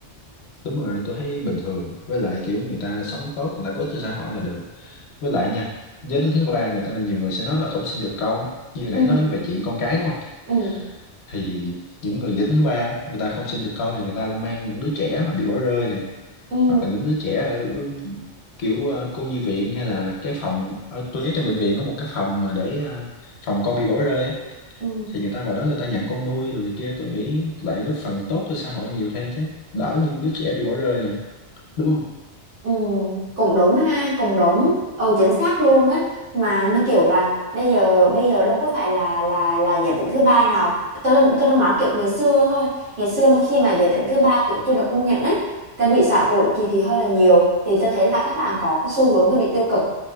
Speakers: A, on the left; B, on the right.
A: đúng rồi tôi thấy bình thường với lại kiểu người ta sống tốt người ta có ích cho xã hội là được với lại nha giới tính thứ ba người ta nhiều người sẽ nói là không sinh được con á. như hồi nãy
B: ừ
A: nói về chuyện con cái đúng không
B: ừ
A: thì những người giới tính thứ ba á, người ta không sinh được con thì người ta lại mang những đứa trẻ mà bị bỏ rơi này
B: ừ
A: hoặc là những đứa trẻ ở kiểu ờ, cô nhi viện hay là cái phòng ở tôi nhớ trong bệnh viện có một cái phòng mà để ờ, phòng con bị bỏ rơi á
B: ừ
A: thì người ta vào đó người ta nhận con nuôi rồi này kia tôi nghĩ lại góp phần tốt cho xã hội nhiều thêm chứ đỡ những đứa trẻ bị bỏ rơi nè đúng không
B: ừ cũng đúng ha cũng đúng ừ chính xác luôn á mà như kiểu là bây giờ bây giờ đâu có phải là là là giới tính thứ ba nào tôi đang- tôi đang nói kiểu ngày xưa thôi ngày xưa mà khi mà giới tính thứ ba kiểu chưa được công nhận ấy tại bị xã hội kỳ thị hơi là nhiều thì tôi thấy là các bạn có cái xu hướng hơi bị tiêu cực